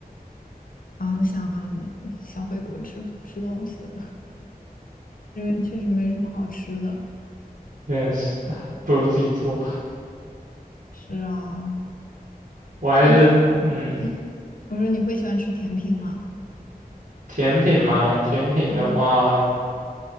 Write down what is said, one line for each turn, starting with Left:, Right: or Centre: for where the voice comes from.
Left: 啊我想想回国吃吃东西了，这边确实没什么好吃的。
Right: 但是不如自己做。
Left: 是啊，
Right: 我还是嗯，
Left: 那你会，嗯，我说你会喜欢吃甜品吗？
Right: 甜品嘛，甜品的话
Left: 嗯